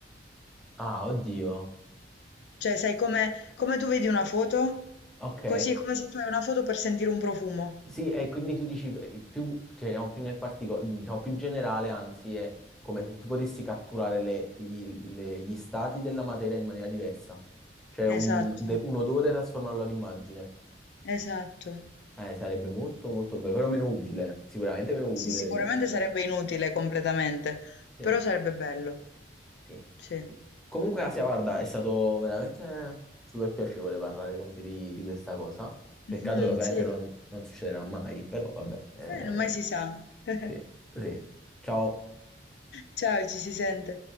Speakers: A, in the centre; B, on the left.
A: Ah, oddio.
B: Cioè, sai come, come tu vedi una foto?
A: Ok.
B: Così è come se tu hai una foto per sentire un profumo.
A: Sì, e quindi tu dici eh, più, cioè, andiamo più nel particolare, diciamo più generale, anzi, è come se tu potessi catturare le- gli, le- gli stati della materia in maniera diversa. Cioè un,
B: Esatto,
A: de- un odore e trasformarlo ad immagine.
B: esatto.
A: Eh, sarebbe molto molto bello, però meno utile, sicuramente meno utile
B: Sì, sicuramente
A: degli altri.
B: sarebbe inutile completamente,
A: Sì.
B: però sarebbe bello.
A: Sì.
B: Sì. <laughs>
A: Comunque, Asia, guarda, è stato veramente super piacevole parlare con te di, di questa cosa. Peccato
B: Mh-mh,
A: che ovviamente
B: sì.
A: non, non succederà mai, però vabbè. eh,
B: Eh, non mai si sa. <laughs>
A: sì, sì. Ciao.
B: Ciao, ci si sente.